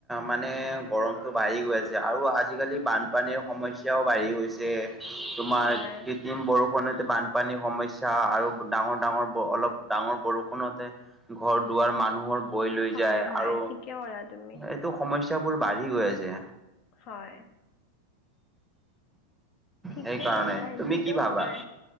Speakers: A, in the centre; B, on the left.
A: মানে গৰমটো বাঢ়ি গৈ আছে আৰু আজিকালি বানপানীৰ সমস্যাও বাঢ়ি গৈছে। তোমাৰ
B: হয়
A: বৰষুণতে বানপানীৰ সমস্যা আৰু ডাঙৰ ডাঙৰ অলপ ডাঙৰ বৰষুণতে ঘ দুৱাৰ মানুহৰ বৈ লৈ
B: হয়
A: যায়
B: হয়
A: আৰু
B: ঠিকে ক'লা তুমি
A: এইটো সমস্যা স্যাবোৰ বাঢ়ি গৈ আছে।
B: হয়। ঠিকে
A: সেইকাৰণে
B: ক'লা সেইটোতো
A: তুমি কি ভাবা
B: হয়,